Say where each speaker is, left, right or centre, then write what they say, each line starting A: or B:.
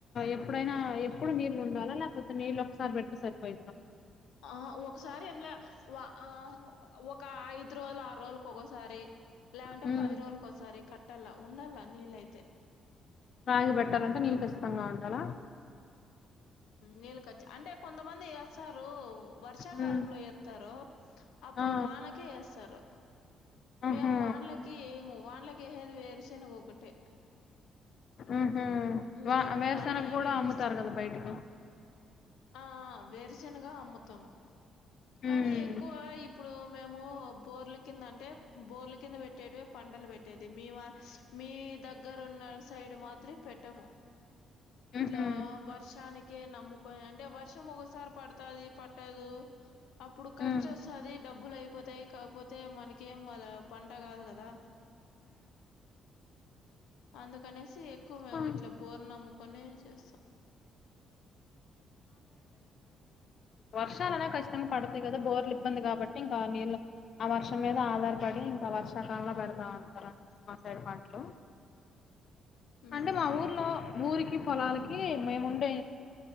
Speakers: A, on the left (about 50°); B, on the left (about 85°).
A: ఎప్పుడైనా ఎప్పుడు నీళ్ళు ఉండాలా లేకపోతే నీళ్ళు ఒకసారి పెడితే సరిపోయిద్దా.
B: ఆ ఒకసారి ఏం లే ఆ ఒక ఐదు రోజులు ఆరు రోజులకు ఒకసారి లేకుంటే
A: హ్మ్.
B: పది రోజులకీ ఒకసారి కట్టాల ఉండాల నీళ్ళయితే.
A: రాగి పెట్టాలంటే నీళ్లు ఖచ్చితంగా ఉం చాలా
B: నీళ్ళకచ్చి అంటే కొంతమంది వేస్తారు. వర్షాకాలంలో
A: హ్మ్.
B: వేయరు. స్తారు అప్పుడు
A: ఆ
B: వానకే వేస్తారు
A: ఆహా
B: మేము వాన్లకి ఏయ్యము వాన్లకి వేసేది వేరుశనగ ఒకటే.
A: ఆహా
B: ఇంగిప్పుడు
A: వా వేరుశేనగ
B: అన్ని ఇవే
A: కూడా అమ్ముతారు
B: ఏస్తున్
A: కదా బైటకి.
B: ఆ వేరిశేనగా అమ్ముతాము
A: ఉమ్
B: కానీ ఎక్కువ ఇప్పుడు మేము బోర్ల కింద అంటే బోర్ల కింద పెట్టేడవి పంటలు పెట్టేది మీ మా మీ దగ్గర ఉన్న సైడ్ మాత్రీ పెట్టము. ఇట్లా
A: ఉహు
B: వర్షానికే నమ్ముకొని అంటే వర్షం ఒకసారి పడుతాది పట్టదు అప్పుడు ఖర్చు
A: ఉమ్
B: వస్తది డబ్బులు అయిపోతాయి కాకపోతే మనకేం వాళ్ళ పంట కాదు కదా. అందుకనేసి ఎక్కువ మేము
A: ఉమ్
B: ఇట్లా బోర్న నమ్ముకొనే చేస్తాం.
A: వర్షాలు అనే ఖచ్చితంగా పడతాయి కదా బోర్లు ఇబ్బంది కాబట్టి ఇంకా నీళ్ళు ఆ వర్షం మీద ఆధారపడి ఇంకా వర్షాకాలంలో పెడతా ఉంటారు మా సైడ్ పంటలు.
B: ఉహు
A: అంటే మా ఊర్లో ఊరికి పొలాలకి మేము ఉండే